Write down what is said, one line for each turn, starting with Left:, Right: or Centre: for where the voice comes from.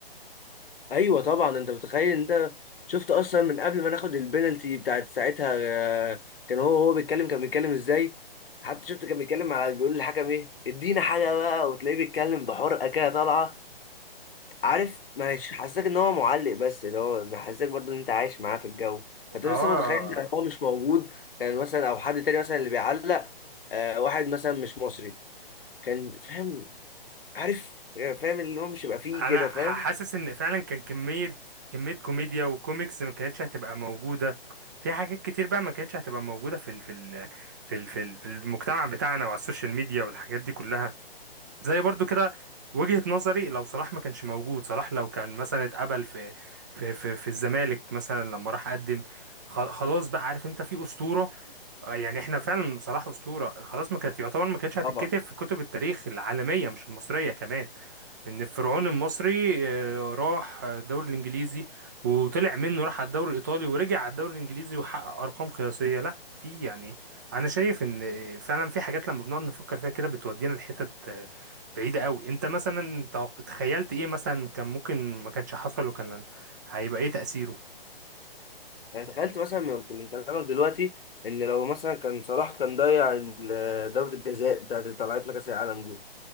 Left: ايوه طبعا انت متخيل انت شفت اصلا من قبل ما ناخد البنالتي بتاعت ساعتها آه، كان هو هو بيتكلم كان بيتكلم ازاي حتى شفت كان بيتكلم على بيقول للحكم ايه ادينا حاجه بقى وتلاقيه بيتكلم بحرقه كده طالعه عارف مش حاسسك ان هو معلق بس اللي هو محسسك برضه ان انت عايش معاه في الجو فانت
Right: اه
Left: بس متخيل ان هو مش موجود كان مثلا او حد تاني مثلا اللي بيعلق آه، واحد مثلا مش مصري كان فاهم عارف يعني فاهم اللي هو مش يبقى فيه
Right: انا
Left: كده
Right: ح-
Left: فاهم
Right: حاسس ان فعلا كان كميه كميه كوميديا وكوميكس ما كانتش هتبقى موجوده في حاجات كتير بقى ما كانتش هتبقى موجوده في ال في ال في ال في ال- في المجتمع بتاعنا وعلى السوشيال ميديا والحاجات دي كلها زي برضو كده وجهة نظري لو صلاح ما كانش موجود صلاح لو كان مثلا اتقبل في في في, في الزمالك مثلا لما راح قدم خلاص بقى عارف انت في اسطوره آه، يعني احنا فعلا صلاح اسطوره خلاص ما كانت يعتبر ما كانتش هتتكتب
Left: طبعا
Right: في كتب التاريخ العالميه مش المصريه كمان ان الفرعون المصري آه، راح الدوري الانجليزي وطلع منه راح على الدوري الايطالي ورجع على الدوري الانجليزي وحقق ارقام قياسيه لا في يعني انا شايف ان فعلا في حاجات لما بنقعد نفكر فيها كده بتودينا لحتت آه، بعيده قوي انت مثلا توق- تخيلت ايه مثلا كان ممكن ما كانش حصل وكان هيبقى ايه تاثيره
Left: يعني تخيلت مثلا من من كلامك دلوقتي ان لو مثلا كان صلاح كان ضيع ال- ضربة الجزاء بتاعت اللي طلعتنا كاس العالم دي